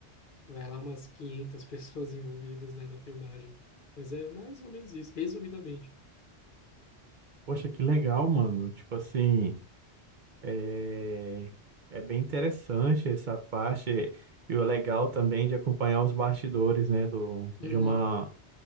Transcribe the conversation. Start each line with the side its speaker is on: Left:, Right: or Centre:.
Left: vai lá umas 500 <laughs> pessoas envolvidas, né, na filmagem. Mas é mais ou menos isso, resumidamente.
Right: Poxa, que legal, mano. Tipo assim, é, é bem interessante essa parte. E o legal também de acompanhar os bastidores, né, do...
Left: Uhum.
Right: de uma...